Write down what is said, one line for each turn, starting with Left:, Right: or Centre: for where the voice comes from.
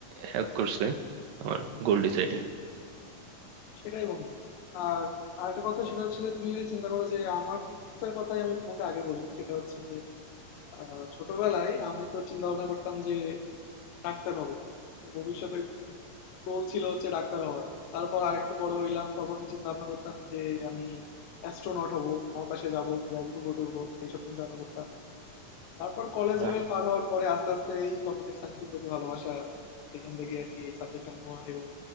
Right: হেল্প করছে আমার গোল ডিসাইডে
Left: সেটাই বন্ধু আর আরেকটা কথা সেটা হচ্ছে যে তুমি যদি চিন্তা করো যে আমার দিকটার কথাই আমি তোমাকে আগে বলি সেটা হচ্ছে যে আহ, ছোটবেলায় আমি তো চিন্তা ভাবনা করতাম যে ডাক্তার হব মানে ভবিষ্যতে গোল ছিল হচ্ছে ডাক্তার হওয়া তারপর আরেকটু বড় হইলাম তখন চিন্তা ভাবনা করতাম যে আমি অ্যাস্ট্রোনট হব মহাকাশে যাব গিয়া ঘুরবো টুরবো এইসব চিন্তা ভাবনা করতাম তারপর কলেজ
Right: বাহ
Left: লেভেল পার হওয়ার পরে আস্তে আস্তে এই কম্পিউটার সায়েন্সের প্রতি ভালোবাসা সেখান থেকে আর কি এই সাবজেক্টটা নেওয়া এবং